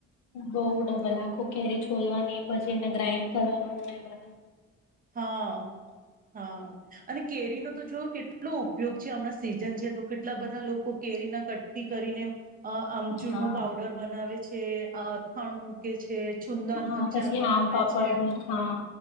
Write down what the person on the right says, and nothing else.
હા હા અને કેરીનો તો જો કેટલો ઉપયોગ છે હમણાં સીઝન છે તો કેટલા બધા લોકો લોકો કેરી ના કઠઠી કરીને અ આમચૂર
નો પાવડર બનાવે છે. છે અ અથાણું મૂકે છે. છુંદાનો
અચાર
બનાવે
છે